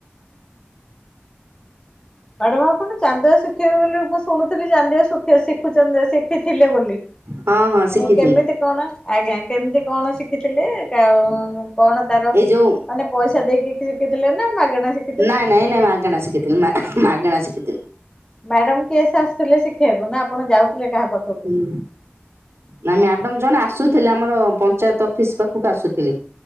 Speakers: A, on the left; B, on the right.
A: ମ୍ୟାଡାମ ଆପଣ ଚାନ୍ଦୁଆ ଶିଖିବେ ବୋଲି ମୁଁ ଶୁଣୁଥିଲି, ଚାନ୍ଦିଆ ଶୁଖ ଶିଖୁ ଚାନ୍ଦିଆ ଶିଖ ଶିଖିଥିଲେ ବୋଲି,
B: ହଁ ହଁ ଶିଖିଥିଲି
A: କେମିତି କଣ ଆଜ୍ଞା, କେମିତି କଣ ଶିଖିଥିଲେ? ଆଉ କଣ ତାର
B: ଏଇ ଯୋଉ
A: ମାନେ ପଇସା ଦେଇକି ଶିଖିଥିଲେ ନା, ମାଗଣା ଶିଖି
B: ନାଇଁ ନାଇଁ ନାଁ, ମାଗଣା ଶିକି ଥିଲି, ମାଗେଣା ଶିକିଥିଲି।
A: ମ୍ୟାଡମ୍ କିଏସେ ଆସୁଥିଲେ ଶିଖେଇବାକୁ, ନା ଆପଣ ଯାଉଥିଲେ କାହା ପାଖକୁ?
B: ହୁଁ, ନା ମ୍ୟାଡମ ଜଣେ ଆସୁଥିଲେ ଆମର ପଞ୍ଚାୟତ ଅଫିସ୍ ପାଖକୁ ଆସୁଥିଲେ।